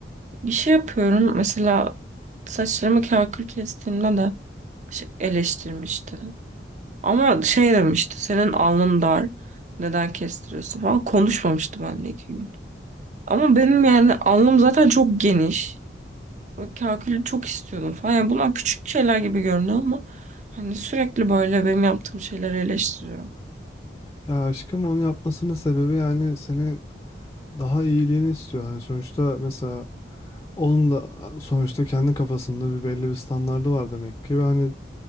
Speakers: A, on the right; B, on the left.
A: bir şey yapıyorum mesela saçlarımı kakül kestiğimde de şey eleştirmişti ama şey demişti senin alnın dar neden kestiriyorsun falan konuşmamıştı benimle iki gün ama benim yani alnım zaten çok geniş Ve kakülü çok istiyordum falan yani bunlar küçük şeyler gibi görünüyor ama hani sürekli böyle benim yaptığım şeyleri eleştiriyor
B: Ya aşkım onu yapmasının sebebi yani senin daha iyiliğini istiyor. Hani sonuçta mesela onun da sonuçta kendi kafasında bir belli bir standardı var demek ki ve hani